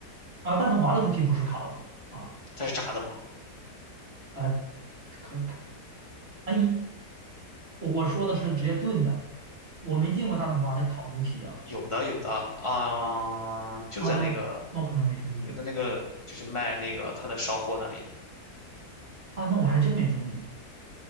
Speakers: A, on the right; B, on the left.
A: 啊？大统华的猪蹄不是烤的啊，
B: 它是炸的吗？
A: 呃，可可，哎，我说的是直接炖的，我没进过大统华的烤猪蹄啊。
B: 有的，有的啊、就在那个
A: 啊，那我那我可能没注意哦。
B: 就在那个就是卖那个它的烧货那里。
A: 啊，那我还真没注意。